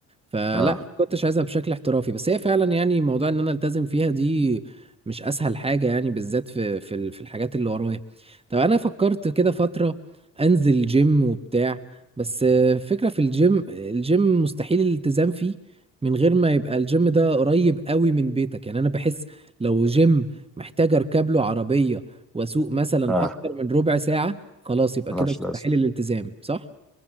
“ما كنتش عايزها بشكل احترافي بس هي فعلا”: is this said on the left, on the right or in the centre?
Right